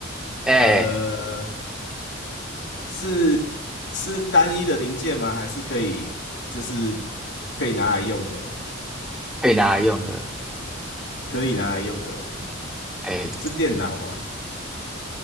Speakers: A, in the centre; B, on the left.
A: 哎，
B: 呃，是是单一的零件吗？还是可以就是可以拿来用的？
A: 可以拿来用的，
B: 可以拿来用的
A: 哎，
B: 是电脑吗？